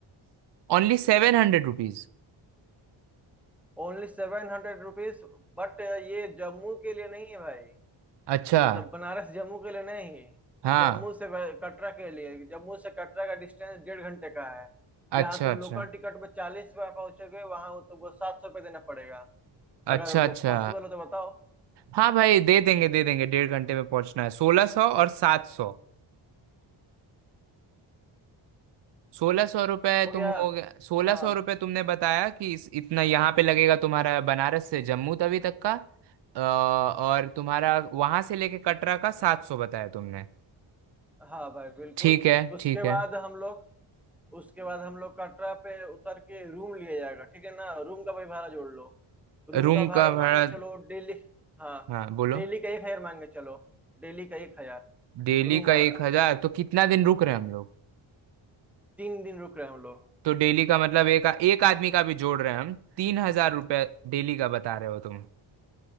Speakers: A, on the right (about 60°); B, in the centre.
A: ओनली सेवन हंड्रेड rupees
B: Only seven hundred rupees But ये जम्मू के लिए नहीं है भाई
A: अच्छा
B: मतलब बनारस जम्मू के लिए नहीं
A: हाँ
B: जम्मू से वे- कटरा के लिए जम्मू से कटरा का डिस्टेंस डेढ़ घंटे का है
A: अच्छा
B: जहाँ तुम
A: अच्छा
B: लोकल टिकट में चालीस रुपये पहुंचोगे वहां वो तुमको सात सौ रुपये देना पड़ेगा अगर
A: अच्छा अच्छा
B: वो पॉसिबल हो तो बताओ
A: हाँ भाई दे देंगे दे देंगे डेढ़ घंटे में पहुंचना है सोलह सौ और सात सौ सोलह सौ रुपये
B: हो
A: तुम
B: गया
A: हो गया सोलह
B: हाँ
A: सौ रुपये तुमने बताया कि इस, इतना यहाँ पे लगेगा तुम्हारा बनारस से जम्मू तवी तक का अ, और तुम्हारा वहां से लेके कटरा का सात सौ बताया तुमने
B: हाँ भाई बिल्कुल
A: ठीक है
B: उसके
A: ठीक है
B: बाद हम लोग उसके बाद हम लोग कटरा पे उतर के रूम लिया जाएगा ठीक है ना रूम का भाई भाड़ा जोड़ लो रूम
A: रूम
B: का भाड़ा
A: का
B: मांग
A: भाड़ा
B: के चलो डेली हाँ
A: हाँ बोलो
B: डेली का एक हजार मांग के चलो डेली का एक हजार
A: डेली
B: रूम
A: का
B: भाड़ा
A: एक हजार तो कितना दिन रुक रहे हैं हम लोग
B: तीन दिन रुक रहे हैं हम लोग
A: तो डेली का मतलब एक एक आदमी का भी जोड़ रहे हैं हम तीन हजार रुपये डेली का बता रहे हो तुम